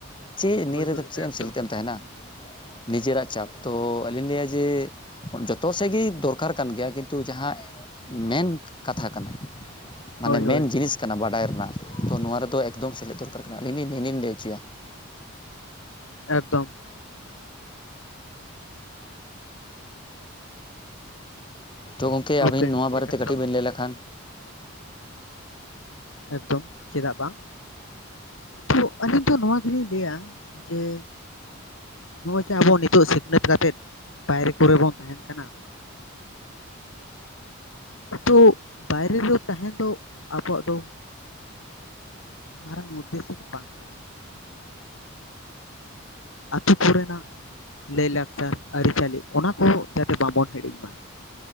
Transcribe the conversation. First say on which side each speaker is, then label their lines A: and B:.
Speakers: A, on the left; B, on the left.
A: ᱪᱮᱜ ᱱᱤᱭᱟᱹ
B: ᱦᱳᱭ
A: ᱨᱮᱫᱚ
B: ᱦᱳᱭ
A: ᱪᱮᱜ
B: ᱮᱠᱫᱚᱢ
A: ᱮᱢ ᱥᱮᱞᱮ ᱛᱮᱢ ᱛᱟᱦᱮᱱᱟ? ᱱᱤᱡᱮᱨᱟ ᱪᱟᱯ ᱛᱚ ᱟᱹᱞᱤᱧ ᱞᱟᱹᱭᱟ ᱡᱮ ᱡᱚᱛᱚ ᱥᱮᱜ ᱜᱮ ᱫᱚᱨᱠᱟᱨ ᱠᱟᱱ ᱜᱮᱭᱟ ᱠᱤᱱᱛᱩ ᱡᱟᱦᱟᱸ ᱢᱮᱱ ᱠᱟᱛᱷᱟ ᱠᱟᱱᱟ, ᱢᱟᱱᱮ
B: ᱦᱳᱭ ᱦᱳᱭ
A: ᱢᱮᱱ ᱡᱤᱱᱤᱥ ᱠᱟᱱᱟ ᱵᱟᱰᱟᱭ ᱨᱮᱱᱟᱜ ᱛᱚ ᱱᱚᱣᱟ ᱨᱮᱫᱚ ᱮᱠᱫᱚᱢ ᱥᱮᱞᱮᱫ ᱫᱚᱨᱠᱟᱨ ᱠᱟᱱᱟ ᱟᱞᱤᱞᱤ-ᱟᱞᱤᱞᱤᱸ ᱞᱟᱹᱭ ᱪᱚᱭᱟ᱾
B: ᱮᱠᱫᱚᱢ᱾
A: ᱛᱚ ᱜᱚᱝᱠᱮ,
B: ᱳᱠᱮ
A: ᱟᱵᱤᱱ ᱱᱚᱣᱟ ᱵᱟᱨᱮ ᱛᱮ
B: ᱮᱠᱫᱚᱢ
A: ᱠᱟᱹᱴᱤᱜ ᱵᱤᱸ ᱞᱟᱹᱭ ᱞᱮᱠᱷᱟᱱ᱾
B: ᱮᱠᱫᱚᱢ, ᱪᱮᱫᱟᱜ ᱵᱟᱝ᱾ ᱛᱷᱚᱜ ᱟᱹᱞᱤᱧ ᱫᱚ ᱱᱚᱣᱟ ᱜᱮᱞᱤᱧ ᱞᱟᱹᱭᱟ ᱡᱮ ᱱᱚᱜᱼᱚᱭ ᱪᱮ ᱟᱵᱚ ᱱᱤᱛᱚᱜ ᱥᱤᱠᱷᱱᱟᱹᱛ ᱠᱟᱛᱮᱫ ᱵᱟᱭᱨᱮ ᱠᱚᱨᱮ ᱵᱚᱱ ᱛᱟᱦᱮᱱ ᱠᱟᱱᱟ, ᱱᱤᱛᱚᱜ ᱵᱟᱭᱨᱮ ᱨᱮ ᱛᱟᱦᱮᱱ ᱫᱚ ᱟᱵᱚᱣᱟᱜ ᱫᱚ ᱢᱟᱨᱟᱝ ᱩᱫᱽᱫᱮᱥᱥᱚ ᱫᱚ ᱵᱟᱝ ᱠᱟᱱᱟ᱾ ᱟᱹᱛᱩ ᱠᱚᱨᱮᱱᱟᱜ ᱞᱟᱹᱭ-ᱞᱟᱠᱪᱟᱨ, ᱟᱹᱨᱤ-ᱪᱟᱹᱞᱤ ᱚᱱᱟ ᱠᱚ ᱡᱟᱛᱮ ᱵᱟᱵᱚᱱ ᱦᱤᱲᱤᱧ ᱢᱟ᱾